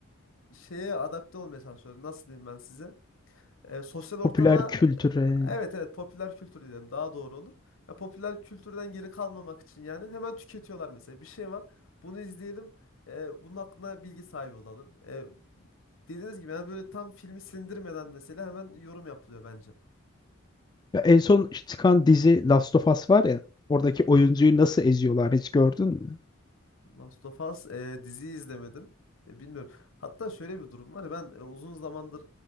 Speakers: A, on the left; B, on the left.
A: şeye adapte olmaya çalışıyoruz. Nasıl diyeyim ben size? E, sosyal ortama
B: Popüler kültüre.
A: evet evet popüler kültür diyelim daha doğru olur. Ya popüler kültürden geri kalmamak için yani hemen tüketiyorlar mesela. Bir şey var. Bunu izleyelim. e, bunun hakkında bilgi sahibi olalım. E, dediğiniz gibi yani böyle tam filmi sindirmeden mesela hemen yorum yapılıyor bence.
B: Ya en son işte çıkan dizi Last of Us var ya. Oradaki oyuncuyu nasıl eziyorlar hiç gördün mü?
A: Last of Us e, diziyi izlemedim. E, bilmiyorum. Hatta şöyle bir durum var. Ben e, uzun zamandır